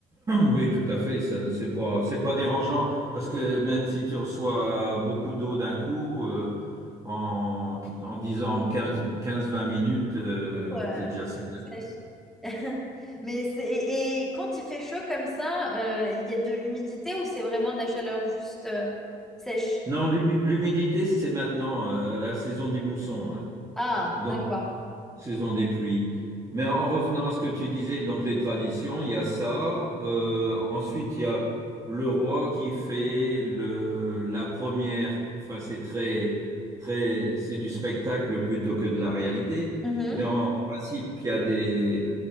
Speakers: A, on the right (about 20°); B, in the centre.
A: Oui, tout à fait. Ça, ne- c'est pas, c'est pas dérangeant parce que même si tu reçois beaucoup d'eau d'un coup, euh, en, en disant quinze, quinze, vingt minutes, euh,
B: Ouais.
A: t'es déjà sec. hein.
B: Sèche. <laughs> Mais c'est et, et quand il fait chaud comme ça, euh, il y a de l'humidité ou c'est vraiment de la chaleur juste euh, sèche?
A: Non, l'humi- l'humidité, c'est maintenant, euh, la saison des moussons. hein.
B: Ah,
A: Donc,
B: d'accord.
A: Saison des pluies. Mais en revenant à ce que tu disais, donc les traditions, il y a ça. Euh, ensuite, il y a le roi qui fait le, la première. Enfin, c'est très, très, c'est du spectacle plutôt que de la réalité.
B: Mhm.
A: Mais en, en principe, il y a des,